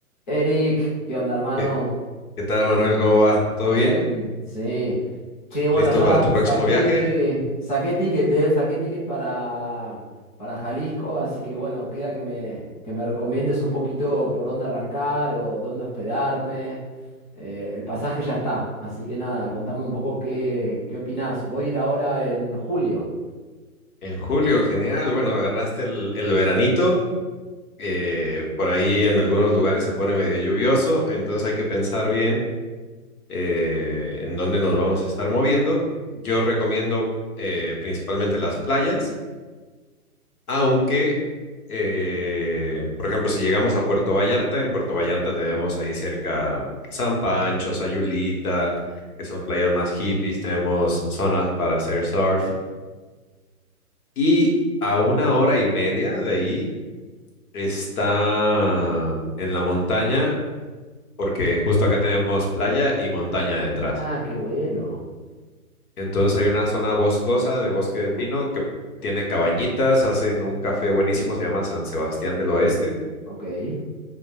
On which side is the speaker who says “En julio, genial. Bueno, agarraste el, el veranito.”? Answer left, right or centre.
Left